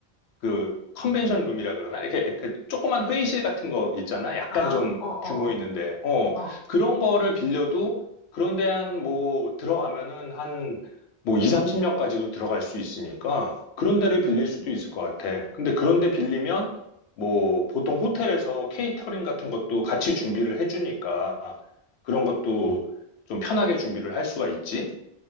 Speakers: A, on the left; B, on the left.
A: 그 컨벤션 룸이라 그러나? 이렇게 그 조그만 회의실 같은 거 있잖아. 약간
B: 아,
A: 좀
B: 어, 어, 어,
A: 규모 있는데. 어,
B: 어.
A: 그런 거를 빌려도 그런 데 한 뭐 들어가면은 한 뭐 2, 30명까지도 들어갈 수 있으니까 그런 데를 빌릴 수도 있을 것 같아. 근데 그런 데 빌리면 뭐 보통 호텔에서 케이터링 같은 것도 같이 준비를 해주니까 그런 것도 좀 편하게 준비를 할 수가 있지.